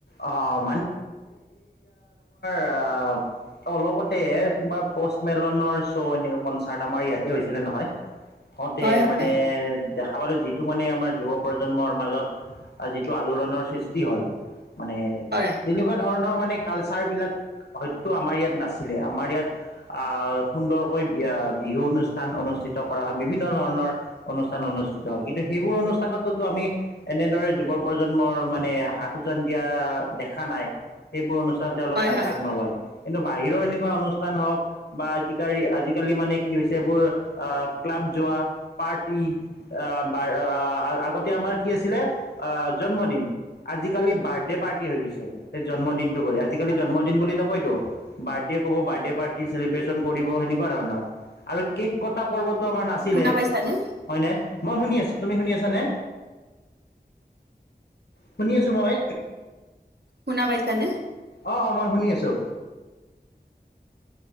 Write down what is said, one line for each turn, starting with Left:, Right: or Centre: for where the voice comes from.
Left: অ আ অলপতে বা পষ্টমেলনৰ শ্ব' এনেকুৱা কনচাৰ্ট আমাৰ ইয়াতে হৈছিলে নহয়। হওঁতে
Right: হয় হয়
Left: মানে দেখা পালো যিটো মানে আমাৰ যুৱ প্ৰজন্মৰ মাজত যিটো আলোড়নৰ সৃষ্টি হ'ল মানে
Right: হয়
Left: তেনেকোৱা ধৰণৰ মান মানে কালচাৰবিলাক হয়তো আমাৰ ইয়াত নাছিলে আমাৰ ইয়াত আ সুন্দৰকৈ বি বিহু অনুষ্ঠান অনুষ্ঠিত কৰা হয়, বিভিন্ন ধৰণৰ অনুষ্ঠান অনুষ্ঠিত হয় কিন্তু সেইবোৰ অনুষ্ঠানতো আমি এনেদৰে যুৱ প্ৰজন্ম মানে হাত দিয়া দেখা নাই সেইবোৰ অনুষ্ঠানত তেওঁলোকে
Right: হয়
Left: আগভাগ
Right: হয়
Left: নলয়। কিন্তু বাহিৰৰ এনেকুৱা অনুষ্ঠান হওঁক বা আজিকালি আজিকালি মানে কি হৈছে এইবোৰ ক্লাব যোৱা পাৰ্টি এ পাৰ আগতে আমাৰ কি আছিলে আ জন্মদিন, আজি আজকালি বাৰ্থডে পাৰ্টি হৈ গৈছে। জন্মদিনটো কয় আজিকালি জন্মদিন বুলি নকয়তো বাৰ্থডে ক'ব বাৰ্থডে পাৰ্টি চ্ৰেলিবেচন চন কৰিব সেনেকোৱা ধৰণৰ আৰু কেক কটা পৰ্ব এইটো আমাৰ নাছিলে
Right: শুনা পাইছানে
Left: হয়নে, মই শুনি আছোঁ। তুমি শুনি আছানে? শুনি আছো মই
Right: শুনা পাইছানে
Left: অ অ মই শুনি আছো।